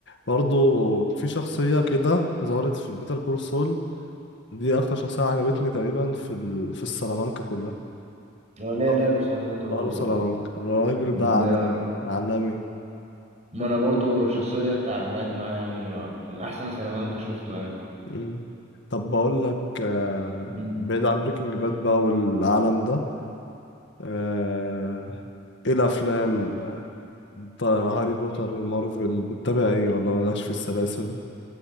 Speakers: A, on the left; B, on the right.
A: برضو في شخصية كده ظهرت في بيتر كول سول دي اكتر شخصيه عجبتني تقريبا في ال... في السلامانكا كلها
B: هو لا
A: لقب
B: لا لوس سلامانكا برضه
A: لقب سلامانكا
B: أهو.
A: الراجل
B: ده
A: ده عالمي عالمي
B: ما أنا برضه الشخصية دي اتعلقت معايا يعني كان أحسن سلامانكا شفته
A: مم. طب بقول لك آه...
B: يعني
A: بعيد عن بريكنج باد بقى والعالم ده آه... ايه الافلام آه... طيب هاري بوتر ومارفل بتتابع ايه ولا مالكش في السلاسل